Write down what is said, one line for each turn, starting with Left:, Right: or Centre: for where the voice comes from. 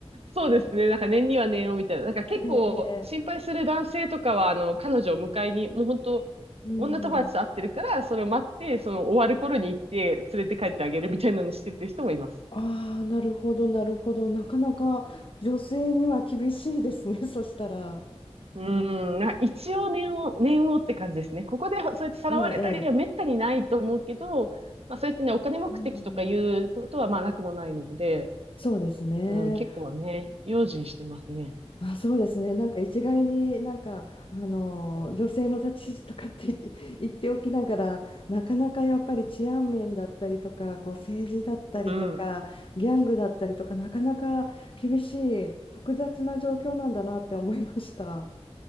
Right: そうですね。なんか年には年をみたいな。なんか結構心配する男性とかは、
Left: ええ、ええ
Right: あの、彼女を迎えに、もう本当、
Left: うん。
Right: 女友達と会ってるから、それを待って、その終わる頃に行って連れて帰ってあげるみたいなのしてる人もいます。
Left: ああ、なるほど、なるほど。なかなか女性には厳しいですね、<laughs> そしたら。
Right: うーん、な一応念を、念をって感じですね。ここでそうやってさらわれたりはめったにないと思うけど、
Left: ええ、ええ。
Right: まあそうやってね、お金目的とかいうことはまあなくもないので、
Left: うん、そうですね。
Right: うん、結構ね、用心してますね。
Left: あ、そうですね。なんか一概になんか、あのー女性の立ち位置とかって言って、<laughs> 言っておきながら、なかなかやっぱり治安面だったりとか、こう政治だったりとか、
Right: うん。
Left: ギャングだったりとか、なかなか厳しい、複雑な状況なんだなって思いました。